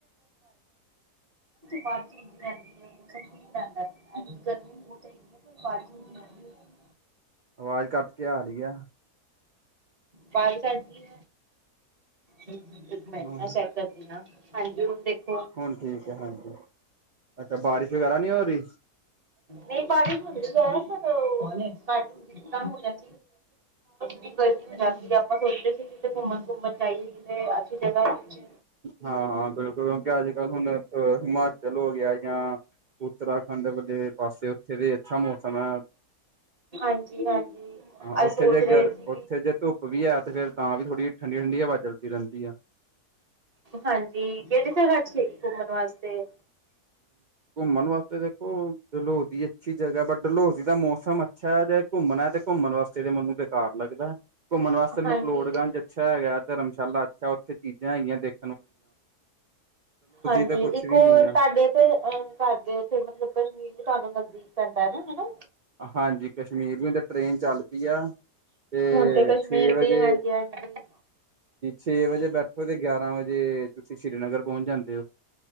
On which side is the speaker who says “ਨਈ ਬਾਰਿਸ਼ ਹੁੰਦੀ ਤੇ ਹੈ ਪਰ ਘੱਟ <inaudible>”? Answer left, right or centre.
Right